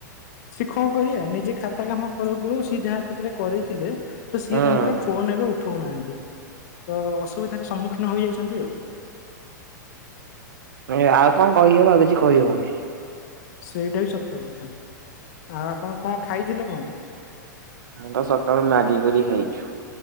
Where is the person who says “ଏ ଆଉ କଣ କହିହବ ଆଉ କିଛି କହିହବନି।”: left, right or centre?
Right